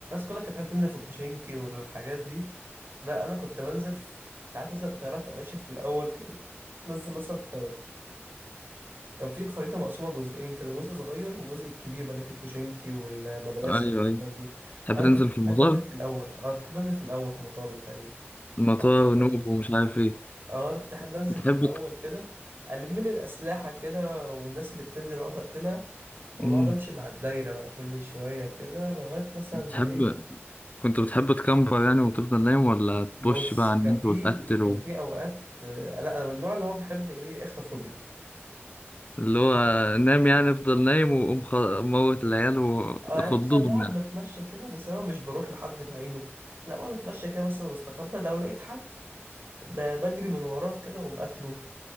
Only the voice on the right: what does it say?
كلها كانت بتحب تنزل في بوشينكي والحاجات دي لا انا كنت بنزل في ساعات مثلا الطيارات تبقى ماشية في الاول كده تنزل مثلا في كان في الخريطة مقسومة جزئين كده جزء صغير وجزء الكبير بقى اللي فيه كوشنكي والمدرسة
والحاجات
دي
أنا
كنت
بحب
أنزل في الأول أنا كنت بحب أنزل في الأول في المطار ده تقريبا
أو في المكان
أه أنا كنت أحب أنزل
في الأول كده ألم لي الأسلحة كده والناس اللي بتنزل أقعد أقتلها وبقعد
أمشي مع الدايرة بقى كل شوية كده لغاية مثلا
ما إيه
بص
كان
في
كان في أوقات آه، لا أنا من النوع اللي هو بيحب إيه أخطف وأجري
اه يعني مثلا بقعد
بتمشى كده بس انا مش بروح لحد بعينه لا بقعد اتمشى كده مثلا واستخبى لو لقيت حد ب- بجري من وراه كده واقوم قاتله